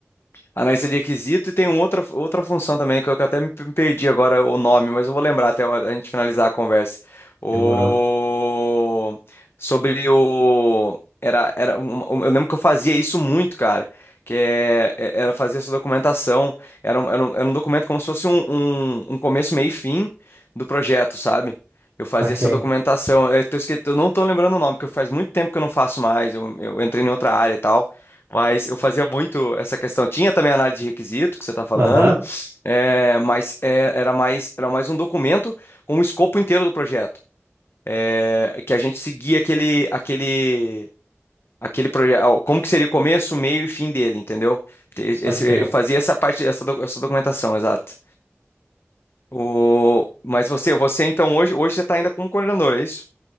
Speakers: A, on the left; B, on the right.
A: Analista de requisito e tem uma outra, outra função também que eu que eu até me me perdi agora o nome, mas eu vou lembrar até a hora- a gente finalizar a conversa. O...
B: Demorou.
A: Sobre o. Era, era um- um- eu lembro que eu fazia isso muito, cara. Que é, é- era fazer essa documentação. Era um, era um, era um documento como se fosse um, um, um começo, meio e fim do projeto, sabe? Eu fazia
B: Saquei.
A: essa documentação. Eu, tô esque- eu não tô lembrando o nome, porque faz muito tempo que eu não faço mais. Eu, eu entrei em outra área e tal. Mas eu fazia muito essa questão. Tinha também análise de requisito, que você está falando,
B: Aham,
A: é, mas é, era mais, era mais um documento com o escopo inteiro do projeto. é, que a gente seguia aquele, aquele, aquele projeto. Como que seria o começo, o meio e fim dele, entendeu? Te-
B: saquei.
A: esse- eu fazia essa parte, essa, do- essa documentação, exato. O, mas você, você então hoje, hoje você está ainda como coordenador, é isso?